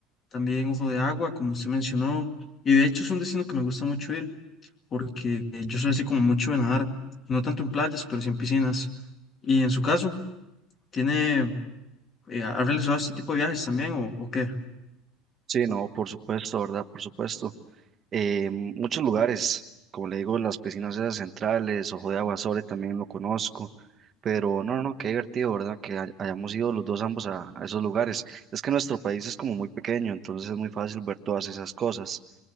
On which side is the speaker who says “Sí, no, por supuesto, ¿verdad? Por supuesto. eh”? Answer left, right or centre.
Right